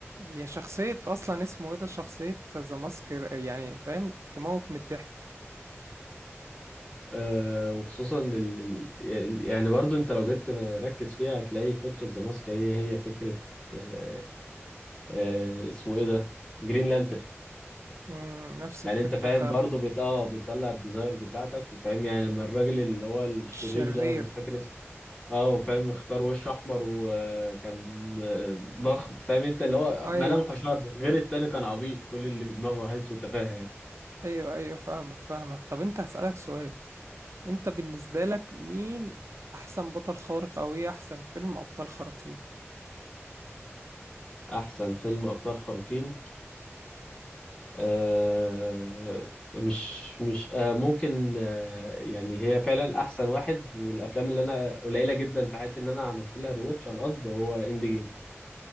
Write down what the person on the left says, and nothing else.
آه، وخصوصا ال... ال- يعني برضو انت لو جيت ركز فيها هتلاقي فكرة ذا ماسك هي هي فكرة آه، آه، اسمه ايه ده جرين لانترن
يعني
انت فاهم
برضو بت... اه بيطلع الديزاير بتاعتك وفاهم يعني لما الراجل اللي هو الشرير
ده انا مش فاكر اسمه اه وفاهم اختار وش احمر وكان آه، ضخم فاهم انت اللي هو
ملامحه شر غير التاني كان عبيط كل اللي في دماغه هلس وتفاهه يعني
احسن فيلم ابطال خارقين آه، مش مش آه، ممكن آه، يعني هي فعلا احسن واحد والافلام اللي انا قليله جدا في حياتي ان انا عملت لها رواتش عن قصد هو اند جيم